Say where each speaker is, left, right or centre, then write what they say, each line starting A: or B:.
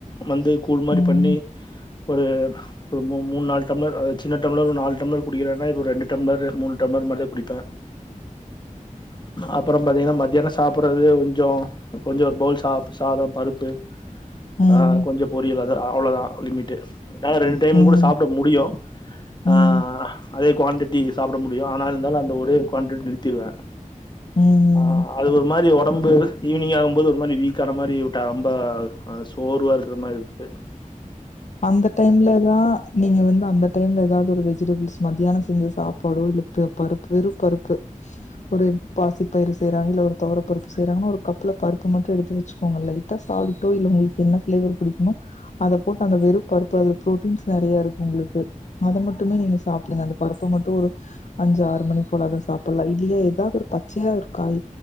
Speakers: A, on the left; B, on the left.
A: வந்து கூல் மாரி
B: ம்
A: பண்ணி ஒரு ஒரு மூ மூண் நாலு டம்ளர் அத சின்ன டம்ளர் ஒரு நாலு டம்ளர் குடிக்கிறேன்னா இப்போ ரெண்டு டம்ளர் மூணு டம்ளர் மாரி தா குடிப்பே அப்றோ பாத்தீங்கனா மத்தியான சாப்பிட்றது கொஞ்ஜோ கொஞ்ஜோ ஒரு பவுல் சாப் சாத பருப்பு
B: ம்
A: ஆ கொஞ்ஜோ பொரியல் அவ்ளோ தா லிமிட்டு டைம்மு
B: ம்
A: கூட சாப்ட முடியு
B: ம்
A: ஆ அதே குவான்டிட்டி சாப்ட முடியு ஆனா இருந்தாலு அந்த ஒரே குவான்டிட்டி நிறுத்திடுவ
B: ம்
A: ஆ அது ஒரு மாரி ஒடம்பு ஈவினிங் ஆகும் போது ஒரு மாரி வீக் ஆன மாரி விட்ட ரொம்ப சோர்வா இருக்கிற மாரி இருக்கு
B: அந்த டைம்ல தா நீங்க வந்து அந்த டைம்ல எதாது ஒரு வெஜிடபிள்ஸ் மத்தியான செஞ்ச சாப் பாடோ இல்ல பருப்பு வெறு பருப் ஒரு பாசி பயிறு செய்றாங்க இல்ல ஒரு தொவர பருப்பு செய்றாங்கனா ஒரு கப்புல பருப்பு மட்டு எடுத்து வெச்சுக்கோங்க லைட்டா சால்ட்டோ இல்ல உங்களுக்கு என்ன ஃப்ளேவர் புடிக்குமோ அத போட்டு அந்த வெறு பருப்பு அதுல ப்ரோட்டீன்ஸ் நெறைய இருக்கு உங்களுக்கு அத மட்டுமே நீங்க சாப்டுங்க அந்த பருப்பு மட்டும் ஒரு அஞ்சு ஆறு மணி போல அத சாப்லா இல்லையா எதாது பச்சையா இரு காய்